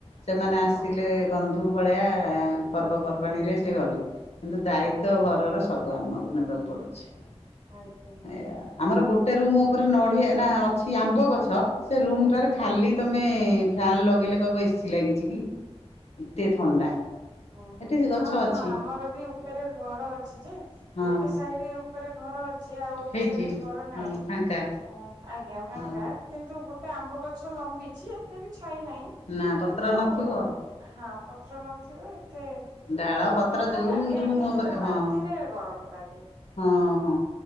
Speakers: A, on the left; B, on the right.
A: ସେମାନେ ଆସିଲେ
B: ହଁ ହଁ ହଁ।
A: ବନ୍ଧୁ ଭଳିଆ ପର୍ବପର୍ବାଣିରେ
B: ଆଜ୍ଞା
A: ସେ ଗଲେ। କିନ୍ତୁ ଦାୟିତ୍ଵ
B: ଆଜ୍ଞା
A: ଘରର ସବୁ ଆମକୁ ନେବାକୁ ପଡୁଛି।
B: ଆଜ୍ଞା।
A: ଏୟା ଆମର ଗୋଟେ ରୁମ ଉପରେ ନଡିଆ ନା ଅଛି ଆମ୍ବ ଗଛ ସେ ରୁମ
B: ଆଜ୍ଞା
A: ଟାରେ ଖାଲି ତମେ ଫ୍ୟାନ ଲଗେଇଲେ କହିବ ଏସିି ଲାଗିଛି କି ଏତେ ଥଣ୍ଡା।
B: ଓଁ ହୋ
A: ଏଠି ସେ ଗଛ
B: ହଁ
A: ଅଛି
B: ହଁ ଆମର ବି ଉପରେ ଘର ଅଛି ଯେ
A: ହଁ
B: ଗୋଟେ ସାଇଡ ଉ ତା ଉପରେ ଘର ଅଛି ଆଉ ଗୋଟେ
A: ହେଇଛି
B: ସାଇଡ ଘର ନାାଇଁ
A: ହଁ ଫାଙ୍କା।
B: ଅ ଆଜ୍ଞା ଫାଙ୍କା
A: ହଁ
B: କିନ୍ତୁ ଗୋଟେ ଆମ୍ବ ଗଛ ଲମ୍ବିଛି ଏତେ ବି ଛାଇ ନାହିଁ
A: ନା ପତ୍ର
B: କିନ୍ତୁ
A: ନଥିବ
B: ହଁ ପତ୍ର ନଥିବ ଏ ମତେ
A: ଡାଳ ପତ୍ର
B: ଥଣ୍ଡା
A: ଯୋଉ
B: ଲାଗେ
A: ରୁମ୍
B: କିନ୍ତୁ
A: ଉପରେ ହଁ
B: ରାତିରେ ଗରମ ଲାଗେ।
A: ହଁ ହଁ